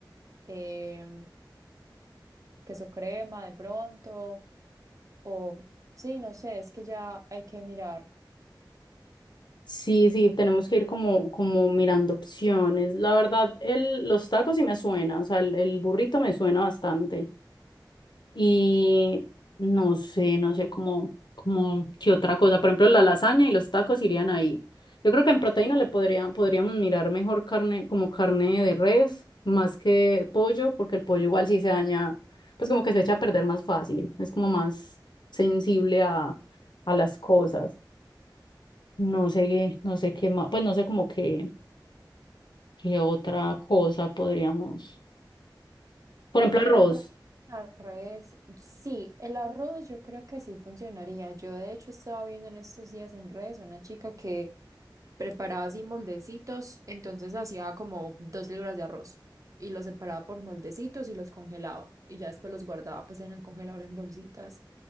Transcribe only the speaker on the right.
em, queso crema de pronto, o sí, no sé, es que ya hay que mirar.
El tema
de preparar arroz, sí, el arroz yo creo que sí funcionaría. Yo de hecho estaba viendo en estos días en redes una chica que preparaba así moldecitos, entonces hacía como dos libras de arroz y los separaba por moldecitos y los congelaba y ya después los guardaba pues en el congelador en bolsitas